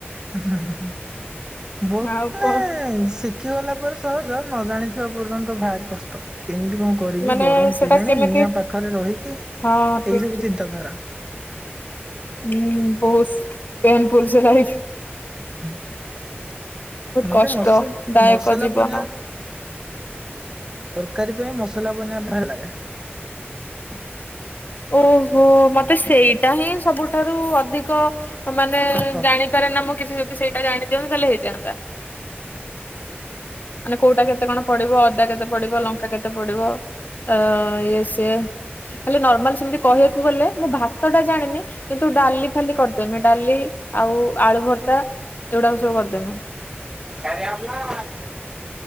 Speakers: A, on the right; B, on the left.
A: ହୁଁ ହୁଁ ବହୁତ୍
B: ଆଉ କଣ
A: ନେ ଶିଖିଗଲା ପରେ ସହଜ। ନ ଜାଣିଥିବା ପର୍ଯ୍ୟନ୍ତ ଭାରି କଷ୍ଟ। କେମିତି କଣ କରିବି,
B: ମାନେ
A: ଗରମ
B: ସେଟା
A: ପୁରାଣି
B: କେମିତି
A: ନିଆଁ ପାଖରେ ରହିକି ଏଇ
B: ହଁ ଠିକ
A: ସବୁ
B: ଠିକ
A: ଚିନ୍ତାଧାରା।
B: ହୁଁ ବହୁତ ପେନ୍ ଫୁଲ ଥିଲା ଲାଇଫ୍।
A: ହୁଁ। ମତେ
B: କଷ୍ଟ
A: ମସ
B: ଦାୟକ
A: ମସଲାକୁ
B: ଜୀବନ।
A: ଅନେଇଆ ତରକାରୀ ପାଇଁ ମସଲା ବନେଇବାକୁ ଭଲ ଲାଗେ।
B: ଓ ହୋ ମତେ ସେଇଟା ହିଁ ସବୁଠାରୁ ଅଧିକ ମାନେ
A: କଷ୍ଟ
B: ଜାଣିପାରେ ନା ମୁଁ କିଛି ଯଦି ସେଇଟା ଜାଣି ଦିଅନ୍ତି ତାହେଲେ ସେଇଟା ହେଇଯାଆନ୍ତା ମାନେ କୋଉଟା କେତେ କଣ ପଡିବ ଅଦା କେତେ ପଡିବ ଲଙ୍କା କେତେ ପଡିବ ଅ ଇଏ ସିଏ ଖାଲି ନର୍ମାଲ କହିବାକୁ ଗଲେ ମୁଁ ଭାତଟା କିନ୍ତୁ ଡାଲି ଖାଲି କରିଦେମି ଡାଲି ଆଉ ଆଳୁ ଭର୍ତ୍ତା ଏଗୁଡାକ ସବୁ କରିଦେମି।
A: କାଳିଆ ଭୁଆଁ